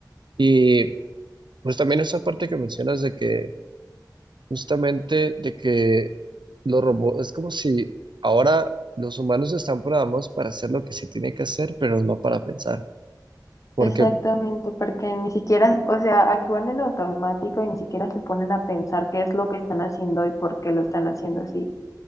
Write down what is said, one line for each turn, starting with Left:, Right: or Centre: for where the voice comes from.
Right: Y pues también esa parte que mencionas de que justamente de que los robots, es como si ahora los humanos están programados para hacer lo que se tiene que hacer, pero no para pensar. Porque
Left: exactamente, porque ni siquiera, o sea, actúan en automático y ni siquiera se ponen a pensar qué es lo que están haciendo y por qué lo están haciendo así.